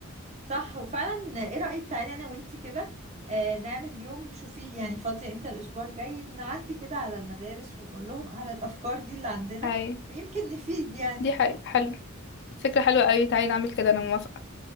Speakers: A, on the right; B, on the left.
A: صح وفعلا ايه رأيك تعالي انا وانتي كده آه نعمل يوم شوفي يعني فاضية امتى الاسبوع الجاي نعدي كده على المدارس ونقول لهم على الافكار دي اللي عندنا
B: اي
A: ويمكن نفيد يعني
B: دي حاجة حلو فكرة حلوة قوي تعالي نعمل كده انا موافقة